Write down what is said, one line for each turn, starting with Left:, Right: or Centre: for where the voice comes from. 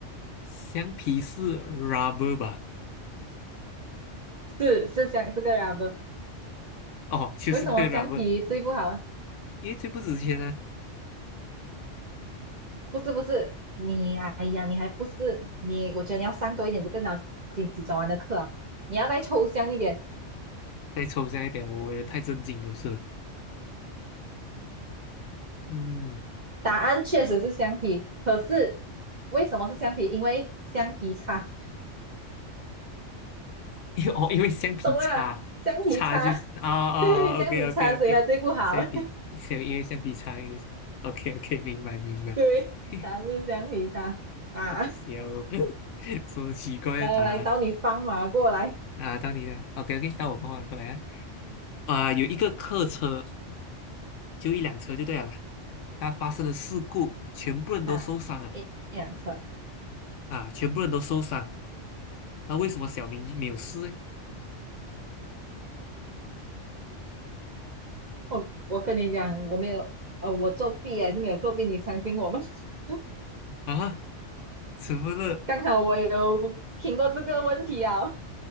Left: 橡皮是 rubber 吧？
Right: 是是象这个 rubber，
Left: 哦，<laughs> 就是那个
Right: 为什么橡皮最不好？
Left: rubber，因为最不值钱啊。
Right: 不是不是，你哎呀，你还不是你？我觉得你要上多一点这个脑筋急转弯的课啊你要再抽象一点。
Left: 再抽象一点，我为人太正经了是吧。嗯，
Right: 答案确实是橡皮，可是为什么是橡皮？因为橡皮擦，
Left: 因为 <laughs> 哦，因为橡皮擦擦就是啊啊啊，OK
Right: 懂了？橡皮擦，<laughs> 对，橡皮擦，
Left: OK
Right: 所以它最不好。
Left: OK，橡皮，
Right: <laughs>
Left: 橡因为橡皮擦因为，OK OK，明白明白。
Right: 对，
Left: <laughs>
Right: 答案就是橡皮擦啊！
Left: 好笑哦，<laughs> 什么奇怪的答案
Right: 来来，到你放马过来
Left: 啊？到你了，OK OK，到我帮我过来啊。啊、有一个客车就一辆车就对了啦。它发生了事故，全部人都受伤了
Right: 啊！一辆车，
Left: 啊，全部人都受伤。那为什么小明没有事呢？
Right: 我我跟你讲，我没有，呃，我作弊还是没有作弊，你相信我吗？<laughs>
Left: 啊，怎么了？
Right: 刚好我有听过这个问题啊，